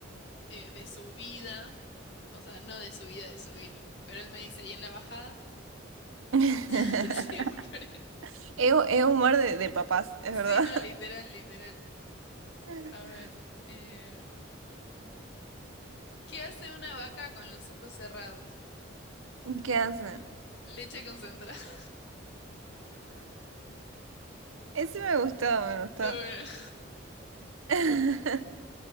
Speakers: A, on the left (about 55°); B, on the right (about 80°).
A: eh, de subida, o sea, no de subida, de subir, pero él me dice, ¿y en la bajada?
B: <laughs>
A: <laughs> Siempre.
B: Es, es humor de, de papás, es
A: Sí,
B: verdad.
A: no, literal, literal.
B: <laughs>
A: A ver, eh, ¿qué hace una vaca con los ojos cerrados?
B: ¿Qué hace?
A: Leche concentrada. <laughs>
B: Ese me gustó, me gustó.
A: Está bueno.
B: <laughs>